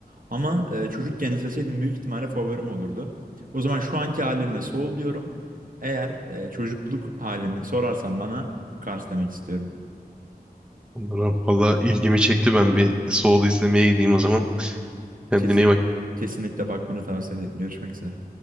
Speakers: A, on the right (about 60°); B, in the centre.
A: Ama e, çocukken izleseydim büyük ihtimalle favorim olurdu. O zaman şu anki halimle Soul diyorum. Eğer e, çocukluk halimi sorarsan bana Cars demek istiyorum.
B: Bunlara valla ilgimi çekti ben bir Soul izlemeye gideyim o zaman. Kendine
A: Kesin
B: iyi bak.
A: kesinlikle bakmanı tavsiye ederim. Görüşmek üzere.